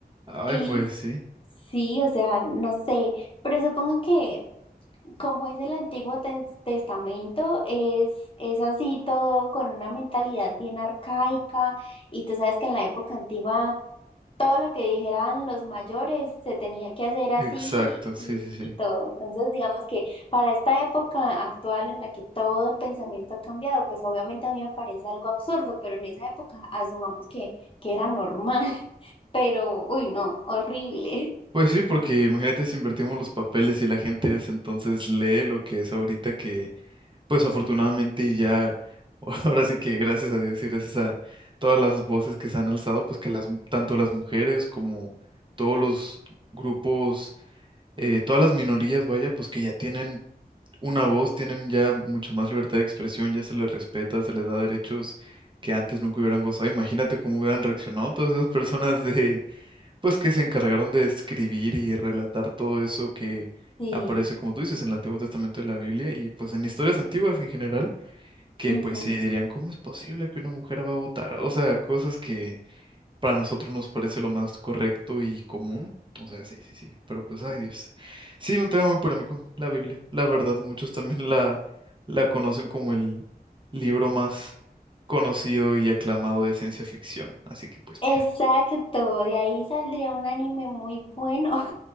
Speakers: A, on the right (about 30°); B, on the left (about 35°).
A: Ay,
B: Y
A: pues sí.
B: Sí, o sea, no sé, pero supongo que como es el Antiguo Tes- Testamento, es, es así todo con una mentalidad bien arcaica y tú sabes que en la época antigua todo lo que dijeran los mayores se tenía que hacer así
A: Exacto, sí,
B: y,
A: sí, sí.
B: y todo. Entonces, digamos que para esta época actual en la que todo el pensamiento ha cambiado, pues obviamente a mí me parece algo absurdo, pero en esa época asumamos que, que era normal, <laughs> pero, uy, no, horrible.
A: Pues sí, porque imagínate si invertimos los papeles y la gente es entonces lee lo que es ahorita que, pues afortunadamente ya, <laughs> ahora sí que gracias a Dios y gracias a todas las voces que se han alzado, pues que las, tanto las mujeres como todos los grupos, eh, todas las minorías, vaya, pues que ya tienen una voz, tienen ya mucho más libertad de expresión, ya se les respeta, se les da derechos que antes nunca hubieran gozado. Imagínate cómo hubieran reaccionado todas esas personas de, pues que se encargaron de escribir y relatar todo eso que
B: Sí.
A: aparece, como tú dices, en el Antiguo Testamento de la Biblia y pues en historias antiguas en general, que
B: ujú.
A: pues sí dirían, ¿cómo es posible que una mujer va a votar? O sea, cosas que para nosotros nos parece lo más correcto y común. O sea, sí, sí, sí, pero pues, ay Dios. Sí, un tema muy polémico, la Biblia. La verdad, muchos también la, la conocen como el libro más conocido y aclamado de ciencia ficción. Así que pues
B: Exacto,
A: mira,
B: de ahí saldría un anime muy bueno.